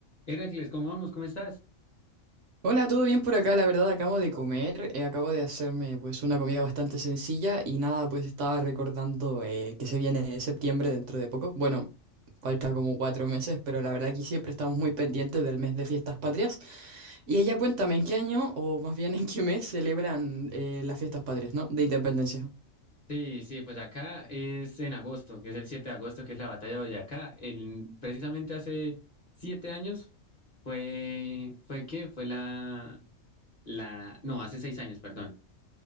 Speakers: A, on the left; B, on the right.
A: Heracles, ¿cómo vamos? ¿Cómo estás?
B: Hola, ¿todo bien por acá? La verdad, acabo de comer, eh, acabo de hacerme pues una comida bastante sencilla y nada, pues estaba recordando eh, que se viene septiembre dentro de poco. Bueno, falta como cuatro meses, pero la verdad aquí siempre estamos muy pendientes del mes de fiestas patrias. Y ella cuéntame, ¿en qué año o más bien en qué mes celebran eh, las fiestas patrias, ¿no? De independencia.
A: Sí, sí, pues acá es en agosto, que es el 7 de agosto, que es la batalla de Boyacá. En- precisamente hace siete años fue, ¿fue qué? Fue la, la, no, hace seis años, perdón.